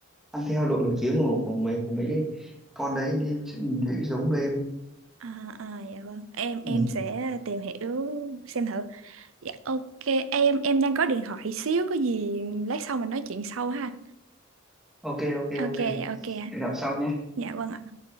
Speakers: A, in the centre; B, on the right.
A: ăn theo độ nổi tiếng của, của mấy của mấy cái con đấy nên em sẽ nhìn thấy giống game
B: à, à dạ vâng em
A: ừ.
B: em sẽ tìm hiểu xem thử dạ ok em em đang có điện thoại xíu có gì lát sau mình nói chuyện sau ha
A: ok ok
B: ok
A: ok
B: dạ, ok
A: hẹn gặp sau nhé
B: dạ vâng ạ